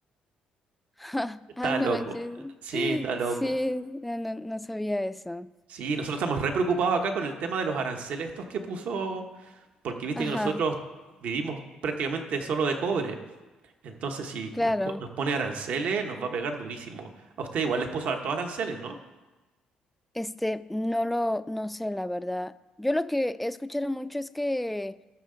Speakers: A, in the centre; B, on the right.
A: <laughs>
B: Está
A: Ah, no
B: loco.
A: manches.
B: Sí, está loco.
A: Sí, no, no, no sabía eso.
B: Sí, nosotros estamos re preocupados acá con el tema de los aranceles estos que puso, porque viste
A: Ajá,
B: que nosotros vivimos prácticamente solo de cobre. Entonces, si
A: claro.
B: nos, po- nos pone aranceles, nos va a pegar durísimo. A usted igual les puso hartos aranceles, ¿no?
A: Este, no lo, no sé, la verdad. Yo lo que he escuchado mucho es que